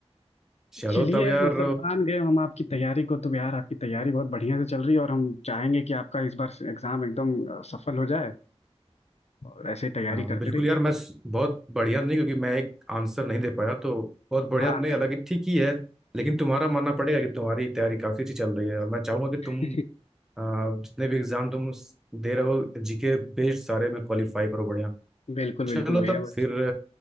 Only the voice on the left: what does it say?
तो
चलिए
मतलब मान गए हम आपकी तैयारी को तो यार आपकी तैयारी बहुत बढ़िया से चल रही है और हम चाहेंगे कि आपका इस बार एग्जाम एकदम अ, सफल हो जाए और ऐसे ही तैयारी
करते
रहिए
हाँ
नहीं
<laughs> बिल्कुल
बिल्कुल भैया
बस